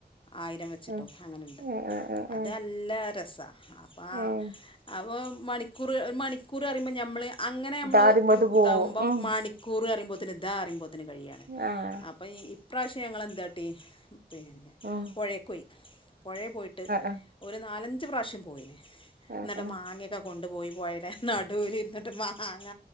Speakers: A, on the left; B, on the right.
A: ആയിരം വെച്ചിട്
B: ആഹ്
A: അങ്ങനെണ്ട്
B: ആഹ് ആഹ്
A: അത്
B: ആഹ്
A: നല്ല രസാ അപ്പാ
B: ഏഹ്
A: അപ്പോ മണിക്കൂറ് മണിക്കൂറ് പറയുമ്പോ ഞമ്മൾ അങ്ങനെ ഞമ്മൾ
B: ദാദിമ്മത് പോവും
A: ഇതാകുമ്പോൾ
B: ഉം
A: മണിക്കൂ കൂറ് പറിമ്പോത്തിന് ഇതാ പറിമ്പോത്തിന് കയ്യാ
B: ആഹ്
A: ഇപ്പൊ ഈ ഇപ്രാവശ്യ ഞങ്ങളെന്താട്ടി പിന്നെ
B: ആഹ്
A: പൊഴേക്കോയി പുഴെ പോയിട്ട്
B: ആഹ്
A: ഒരു നാലഞ്ച് പ്രാവശ്യം പോയിണ്
B: ആഹ്
A: ന്നട്ട്
B: ആഹ്
A: മാങ്ങെ ക്കെ കൊണ്ടു പോയി പോഴേടെ നടൂല് ഇര്ന്ന്ട്ട് മാങ്ങ